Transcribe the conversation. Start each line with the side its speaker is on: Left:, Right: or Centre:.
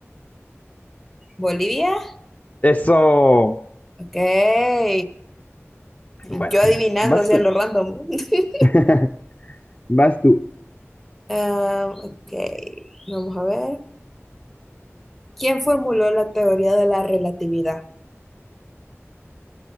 Centre: Bolivia,
Left: eso.
Centre: ok.
Left: Bueno,
Centre: Y yo adivinando
Left: vas
Centre: hacia
Left: tú.
Centre: lo random. <laughs>
Left: <laughs> Vas tú.
Centre: Ah, ok, vamos a ver. ¿Quién formuló la teoría de la relatividad?